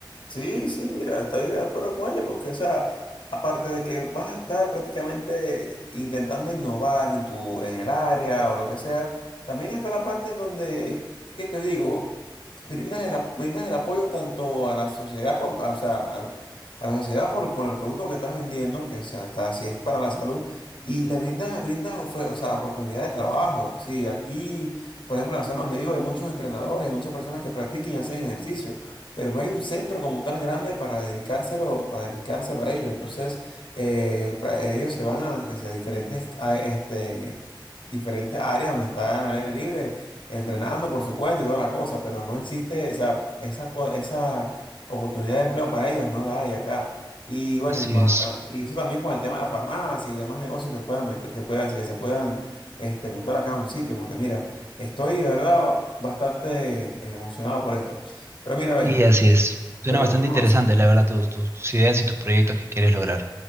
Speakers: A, on the left (about 75°); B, on the right (about 30°).
A: Sí, sí, mira, estoy de acuerdo con ella, porque, o sea, aparte de que vas a estar prácticamente intentando innovar en tu, en el área o lo que sea, también está la parte en donde, ¿qué te digo? Brindas el, ap- brindas el apoyo tanto a la sociedad, por- a- o sea, al- a, la sociedad por, por el producto que estás vendiendo, que, o sea, está, si es para la salud, y le brindas, brindas ofe- o sea, oportunidad de trabajo. Sí, aquí, por ejemplo, en la zona donde vivo hay muchos entrenadores, muchas personas que practiquen y hacen ejercicio pero no hay un centro como tal grande para dedicárselo, para dedicárselo a ellos. Entonces, eh, pra- ellos se van a, hacia diferentes, a- este, diferentes áreas donde están al aire libre, entrenando por su cuenta y toda la cosa, pero no existe, o sea, esa, co- esa oportunidad de empleo para ellos no la hay acá. Y bueno,
B: Así
A: y, con
B: es.
A: acá- y eso también con el tema de la farmacia y demás negocios que puedan, met- que puedan, que se puedan este, montar acá en un sitio, porque mira, estoy de verdad bastante eh, emocionado por esto. Pero mira, ve.
B: Sí, así es.
A: Pero,
B: Suena bastante
A: no,
B: interesante, la verdad, tus, tus, tus ideas y tus proyectos que quieres lograr.